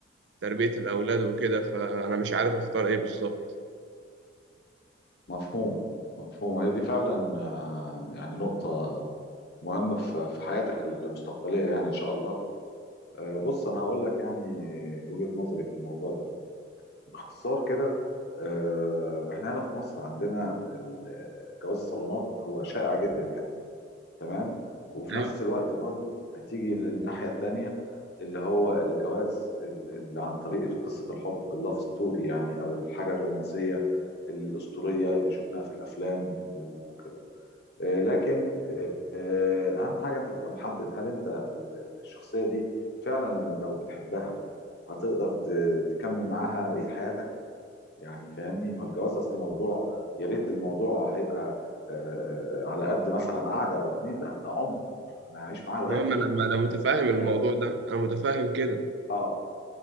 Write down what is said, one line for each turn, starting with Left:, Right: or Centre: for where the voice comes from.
Right: تربية الأولاد وكده فأنا مش عارف أختار إيه بالظبط
Left: مفهوم مفهوم هي دي فعلا آه، يعني نقطة مهمة في في حياتك المستقبلية يعني إن شاء الله آه، بص أنا هقول لك يعني وجهة نظري في الموضوع ده باختصار كده آه، إحنا هنا في مصر عندنا ال- جواز الصالونات هو شائع جدا يعني تمام وفي
Right: أيوة
Left: نفس الوقت برضو هتيجي للناحية التانية اللي هو الجواز ال- اللي عن طريق قصة الحب اللاف ستوري يعني او الحاجة الرومانسية الأسطورية اللي شفناها في الأفلام وكده آه، لكن آه، آه، أهم حاجة أنت تبقى محدد هل أنت ال- ال- الشخصية دي فعلا لو بتحبها هتقدر ت- تكمل معاها بقية حياتك يعني فاهمني هو الجواز اصل موضوع يا ريت الموضوع هيبقى آه، آه، على قد مثلا قعده او اتنين لا ده عمر انا هعيش معاها لغايه
Right: أه، ما
Left: ما اموت
Right: أنا ما أنا متفاهم
Left: واخد
Right: الموضوع
Left: بالك
Right: ده أنا متفاهم كده
Left: اه